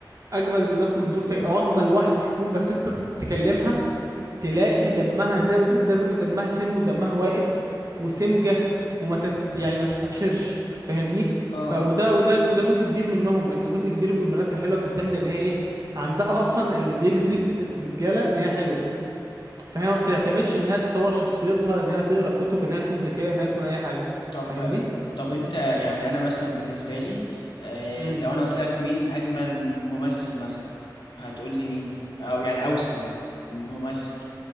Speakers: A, on the right; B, on the left.
A: اجمل من نقل من زوجتك او اجمل واحده في الكون بس انت تكلمها تلاقي دمها زي ما تقول زي ما نقول دمها سم ودمها واقف وسمجة وما تت يعني ما تتعشرش فاهمني
B: اه
A: ف وده وده وده جزء كبير منهم ان جزء كبير من البنات الحلوه بتعتمد ان هي ايه عندها اصلا اللي بيجذب الرجاله ان هي حلوه فهي ما بتعتمدش ان هي تطور شخصيتها ان هي تقرا كتب ان هي تكون ذكيه ان هي تكون اي حاجه
B: طب
A: فاهمني
B: طب انت يعني انا مثلا بالنسبه لي آه،
A: امم
B: لو انا قلت لك مين اجمل ممثل مثلا هتقول لي مين او يعني اوسم ممثل